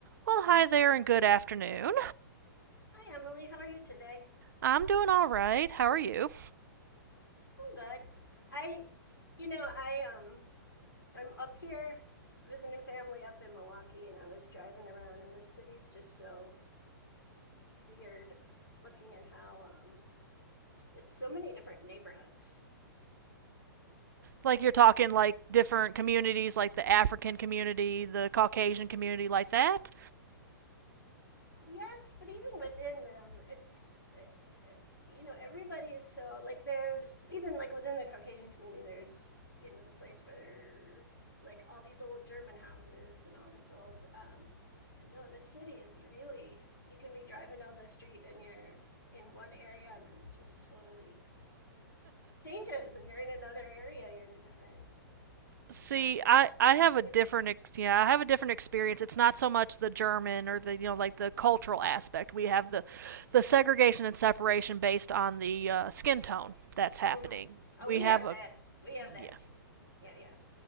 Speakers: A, on the right; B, on the left.
A: Well, hi there and good afternoon.
B: Hi Emily, how are you today?
A: I'm doing all right. How are you?
B: I'm good. I you know, I um I'm up here visiting family up in Milwaukee and I was driving around and the city's just so weird looking at how um just it's so many different neighborhoods.
A: Like
B: It's
A: you're talking like different communities like the African community, the Caucasian community like that.
B: yes, but even within them, it's it, you know, everybody is so like there's even like within the Caucasian community, there's you know the place where like all these old German houses and all this old. Um, but no, this city is really you can be driving down the street and you're in one area and then it just totally changes and you're in another area. You're in a different
A: See,
B: um,
A: I I have
B: community.
A: a different ex- yeah, I have a different experience. It's not so much the German or the you know like the cultural aspect. We have the the segregation and separation based on the uh, skin tone that's happening.
B: Mm-hmm. Oh,
A: We
B: we
A: have
B: have
A: a
B: that. We have that
A: yeah,
B: too. Yeah, yeah.